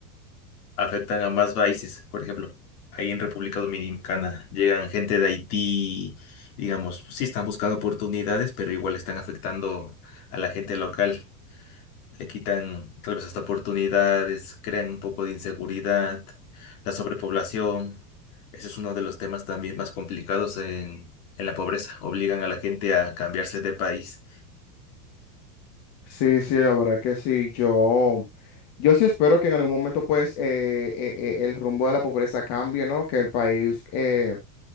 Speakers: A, on the left; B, on the left.
A: afectan a más países. Por ejemplo, ahí en República Dominicana llegan gente de Haití, digamos, sí están buscando oportunidades, pero igual están afectando a la gente local. Le quitan tal vez hasta oportunidades, crean un poco de inseguridad, la sobrepoblación. Ese es uno de los temas también más complicados en, en la pobreza. Obligan a la gente a cambiarse de país
B: Sí, sí, la verdad que sí. Yo, yo sí espero que en algún momento pues eh, eh, eh, el rumbo de la pobreza cambie, ¿no? Que el país eh,